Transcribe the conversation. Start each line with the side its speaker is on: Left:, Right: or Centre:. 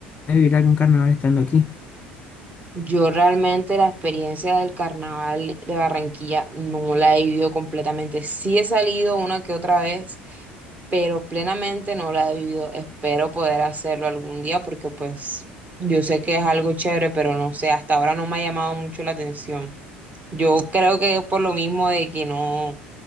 Left: de vivir algún carnaval estando aquí.
Right: Yo realmente la experiencia del carnaval de Barranquilla no la he vivido completamente. Sí he salido una que otra vez, pero plenamente no la he vivido. Espero poder hacerlo algún día porque pues yo sé que es algo chévere, pero no sé, hasta ahora no me ha llamado mucho la atención. Yo creo que es por lo mismo de que no,